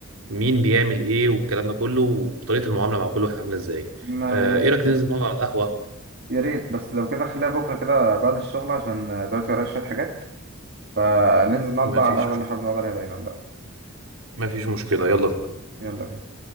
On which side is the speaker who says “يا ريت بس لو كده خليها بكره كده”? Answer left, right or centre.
Right